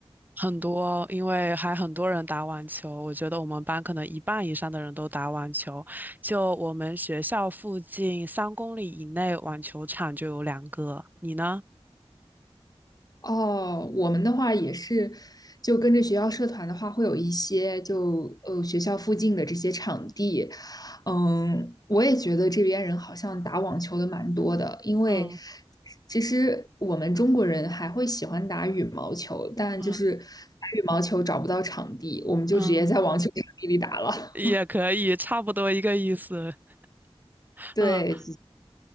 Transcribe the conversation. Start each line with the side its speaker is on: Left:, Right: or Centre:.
Right: 很多，因为还很多人打网球，我觉得我们班可能一半以上的人都打网球。就我们学校附近三公里以内网球场就有两个，你呢？
Left: 哦，我们的话也是，就跟着学校社团的话，会有一些就呃学校附近的这些场地，嗯，我也觉得这边人好像打网球的蛮多的，因为
Right: 嗯
Left: 其实我们中国人还会喜欢打羽毛球，但就是打
Right: 嗯
Left: 羽毛球找不到场地，我们就直接在网球场地里打了。
Right: 嗯，也可以，差不多一个意思。
Left: <laughs>
Right: <laughs>
Left: 对，
Right: 嗯，